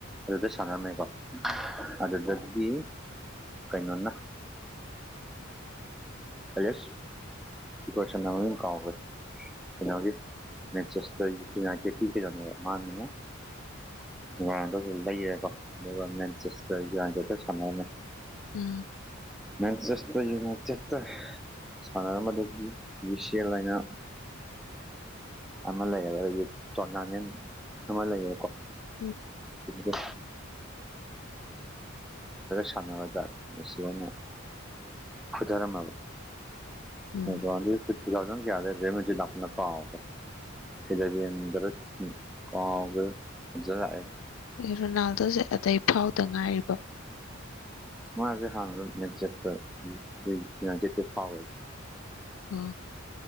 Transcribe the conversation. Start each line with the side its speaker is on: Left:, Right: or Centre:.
Centre: ꯑꯗꯨꯗ ꯁꯥꯟꯅꯔꯝꯃꯦꯀꯣ ꯑꯗꯨꯗꯒꯤ ꯀꯩꯅꯣꯅ ꯑꯂꯦꯛ ꯀꯁ ꯃꯃꯤꯡ ꯀꯥꯎꯈ꯭ꯔꯦ ꯀꯩꯅꯣꯒꯤ ꯃꯦꯖꯁ ꯆꯁꯀꯤ ꯌꯨꯅꯥꯏꯇꯦꯠꯀꯤ ꯀꯩꯅꯣꯅꯦꯕ ꯃꯥꯅ ꯔꯣꯅꯥꯜꯗꯣꯁꯦ ꯂꯩꯔꯦꯀꯣ ꯑꯗꯨꯒ ꯃꯦꯟꯁꯇꯦꯛ <unintelligible> ꯁꯥꯟꯅꯔꯝꯃꯦ
Left: ꯎꯝ
Centre: ꯃꯦꯟ ꯆꯦꯁ ꯌꯨꯅꯥꯏꯇꯦꯠꯇ ꯁꯅꯥꯟꯔꯝꯕꯗꯀꯤ ꯃꯤꯁꯦꯜ ꯍꯥꯏꯅ ꯑꯃꯥ ꯂꯩꯌꯦꯕ ꯇꯣꯅꯥꯉꯟ ꯑꯃ ꯂꯩꯌꯦꯕꯀꯣ
Left: ꯎꯝ
Centre: ꯑꯗꯨꯗ ꯁꯥꯟꯅꯕ ꯇꯥꯔꯦ ꯃꯁꯤꯁꯤ ꯍꯣꯏꯅ ꯐꯨꯗꯥꯔꯝꯃꯕ
Left: ꯎꯝ
Centre: ꯃꯨꯕꯥꯜꯕ ꯇꯨꯊꯥꯎꯖꯟ ꯀꯌꯥꯗꯅꯣ ꯀꯥꯎꯈꯔꯦ ꯏꯂꯥꯕꯦꯟꯗꯔ ꯀꯥꯎꯒꯔ ꯐꯖ ꯂꯥꯛꯑꯦ
Left: ꯔꯣꯅꯥꯜꯗꯣꯁꯦ ꯑꯗꯩ ꯐꯥꯎꯗ ꯉꯥꯏꯔꯤꯕꯣ
Centre: ꯃꯥꯁꯦ ꯍꯥꯟ ꯃꯦꯟꯆꯦꯛꯇ ꯈꯣꯏ ꯌꯨꯅꯥꯏꯇꯦꯠꯇ ꯐꯥꯎꯋꯦ
Left: ꯑꯣ